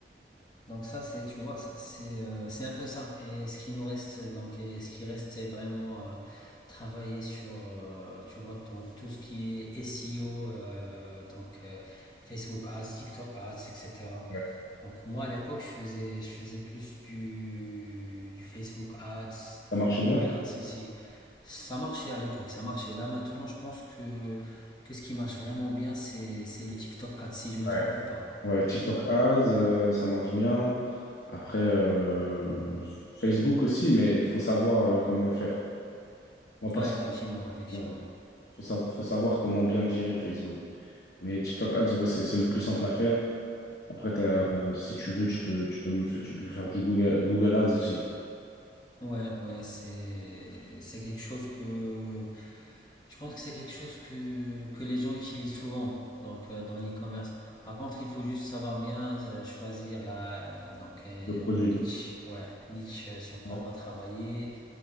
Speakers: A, on the left; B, on the left.
A: Donc ça, c'est, tu vois, c'est c'est, euh, c'est un peu ça. Et ce qui nous reste, donc, et ce qui reste, c'est vraiment euh, travailler sur, euh, tu vois, donc, tout ce qui est SEO, euh, donc euh, Facebook Ads, TikTok Ads, etc.
B: Ouais.
A: Donc moi, à l'époque, je faisais, je faisais plus du, du Facebook Ads,
B: Ça marche
A: du Google
B: bien?
A: Ads aussi. Ça marchait à l'époque, ça marchait. Là, maintenant, je pense que, que ce qui marche vraiment bien, c'est, c'est le TikTok Ads, si je me
B: Ouais.
A: trompe pas.
B: Ouais, TikTok Ads, euh, ça marche bien. Après, euh, Facebook aussi, mais il faut savoir euh, comment le faire. Moi, personnellement,
A: Ouais, effectivement, effectivement.
B: ouais, faut sa- faut savoir comment bien le gérer, Facebook. Mais TikTok Ads, ouais, c'est c'est le plus simple à faire. Après, t'as,
A: Ouais.
B: euh, si tu veux, tu peux, tu peux, me faire, tu peux faire du Google, Google Ads aussi,
A: Ouais, ouais, c'est c'est quelque chose que je pense que c'est quelque chose que que les gens utilisent souvent donc euh, dans l'e-commerce. Par contre, il faut juste savoir bien euh, choisir la donc euh,
B: le produit.
A: niche, ouais, niche euh, sur quoi
B: Ouais,
A: on va travailler